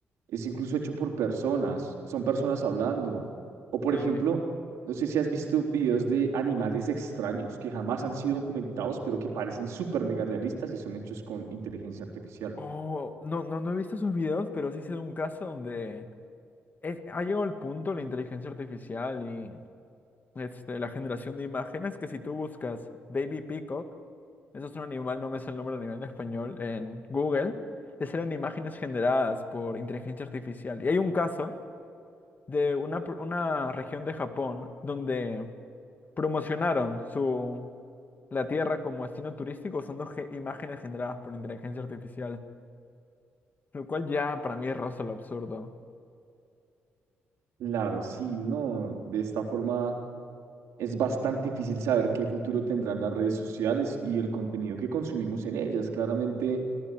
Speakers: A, on the right; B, on the left.
A: es incluso hecho por personas? Son personas hablando. O, por
B: Sí.
A: ejemplo, no sé si has visto videos de animales extraños que jamás han sido documentados, pero que parecen súper mega realistas y son hechos con inteligencia artificial.
B: Oh, no, no, no he visto esos videos, pero sí sé de un caso donde es- ha llegado el punto la inteligencia artificial y este, la generación de imágenes que si tú buscas Baby Peacock, Eso es un animal, no me sé el nombre del animal en español, en Google, les salen imágenes generadas por inteligencia artificial. Y hay un caso de una, pr- una región de Japón donde promocionaron su, la tierra como destino turístico usando ge- imágenes generadas por inteligencia artificial, lo cual ya para mí roza lo absurdo.
A: Claro, sí, no. De esta forma es bastante difícil saber qué futuro tendrán las redes sociales y el contenido que consumimos en ellas. Claramente.